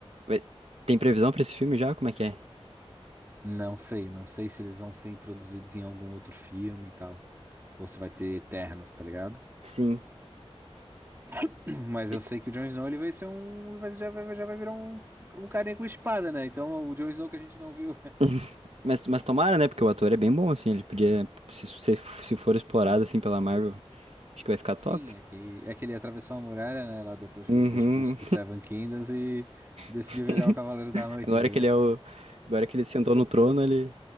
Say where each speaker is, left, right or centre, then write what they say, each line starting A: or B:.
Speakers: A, on the right; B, on the right.
A: vai- Tem previsão pra esse filme já? Como é que é?
B: Não sei, não sei se eles vão ser introduzidos em algum outro filme e tal. Ou se vai ter Eternos, tá ligado?
A: Sim.
B: <clears throat> Mas eu
A: E-
B: sei que o Jon Snow, ele vai ser um. vai- já, vai, já vai virar um, um carinha com espada, né? Então o Jon Snow que a gente não viu. <laughs>
A: <laughs> Mas, mas tomara, né? Porque o ator é bem bom, assim. Ele podia. Se, se, se for explorado, assim, pela Marvel, acho que vai ficar
B: Sim,
A: top.
B: é que, é que ele atravessou a muralha, né? Lá depois que
A: Uhum.
B: ele foi expulso do Seven Kingdoms e, e decidiu
A: <laughs>
B: virar o Cavaleiro da Noite,
A: Agora
B: entendeu?
A: que ele é o. Agora que ele sentou no trono, ele.